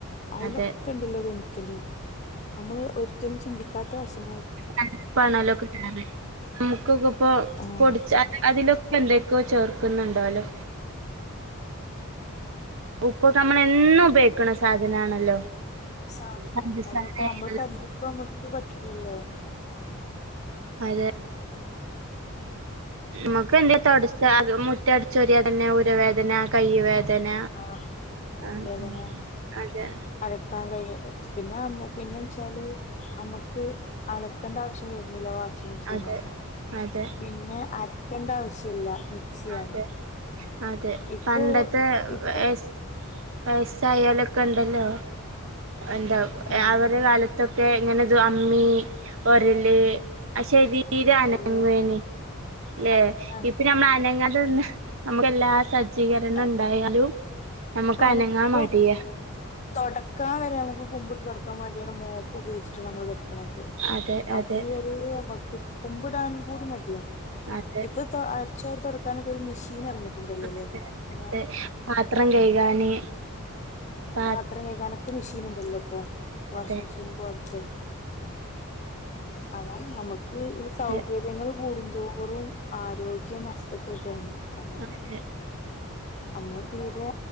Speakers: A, on the left; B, on the right.
A: അതിലൊക്കെണ്ടല്ലോ
B: അത്
A: കെമിക്കല് നമ്മള് ഒരിക്കലും ചിന്തിക്കാത്ത ഭക്ഷണംആയിരിക്കും
B: കല്ല്പ്പാണലൊ കിട്ടണത് നമുക്കൊക്കെ ഇപ്പൊ
A: ആഹ്
B: പൊടി അതിലൊ. പ്പന്തൊക്കെയോ ചേർക്കുന്നുണ്ടാലോ ഉപ്പൊക്കെ നമ്മളെന്നും ഉപയോഗിക്കണ സാധനാണല്ലോ
A: സാധനായി
B: പഞ്ചസാരയാലും
A: അതൊക്കെ നമ്മള് കല്ലുപ്പ് നമക്ക് പറ്റില്ലല്ലോ
B: അതെ നമക്ക് എന്തേ തൊട്ച്ചാ അതും മു മുറ്റടിച്ചൊരിയാ തന്നെ ഉരവേദന കയ്യൂവേദന
A: ആഹ് കൈവേദന
B: ആഹ് അതെ
A: അലക്കാൻ കയ പിന്നെ പിന്ന വെച്ചാല് നമ്മക്ക് അലക്കേണ്ട ആവശ്യം വരുന്നില്ല വാഷിംഗ് മെഷീനാണ്
B: അതെ അതെ
A: പിന്നെ അലക്കേണ്ട ആവശ്യല്ല മിക്സിയാണ്
B: അതെ അതെ
A: ഇപ്പോ
B: പണ്ടത്തെ
A: ഇപ്പം
B: എ വയസായാലൊക്കെ ണ്ടല്ലോ എന്താ
A: ആഹ്
B: അവരെ കാലത്തൊക്കെ ഇങ്ങനെത് അമ്മി ഒരല് ആ ശരീരം
A: ഒരല്
B: അനങ്ങേയിന്ന്
A: ആഹ്
B: ല്ലേ
A: അനങ്ങാണ്
B: ഇപ്പ നമ്മള അതന്ന് നമുക്ക് എല്ലാ സജ്ജീകരണം
A: അത്
B: ഉണ്ടായാലും നമക്ക്
A: ഇപ്പൊ നമുക്കിപ്പോ
B: അനങ്ങാൻ മടിയ
A: തൊടക്കാൻ വരെ നമുക്ക് കുമ്പിട്ട് തൊടക്കാൻ മടിയാണ് മോപ്പ് ഉപയോഗിച്ചിട്ട് നമ്മള് തൊടക്ക്ണത്
B: അതെ
A: അതിന്
B: അതെ
A: വരെ നമക്ക് കുമ്പിടാൻ കൂടി മണ്ടിയാണ്
B: അതെ
A: ഇപ്പ ഇപ്പൊ അടിച്ചുവാരി തൊടക്കാനൊക്കെ ഒരു മെഷീന് എറങ്ങിയിട്ടുണ്ടല്ലോല്ലേ
B: അതെ
A: ങ്ങനെ
B: അതെ പാത്രം കഴുകാന് പാ
A: പാത്രം കഴിക്കാനൊക്കെ മെഷീൻ ണ്ടല്ലോ ഇപ്പൊ വാഷിംഗ്
B: അതെ
A: മെഷീൻ പോലത്തെ അതാണ് നന്മക്ക് ഈ
B: അതെ
A: സൗകര്യങ്ങൾ കൂടുന്തോ റും ആരോഗ്യം നഷ്ടപ്പെടാണ് നമ്മള്
B: അതെ
A: ഞമ്മള് തീരെ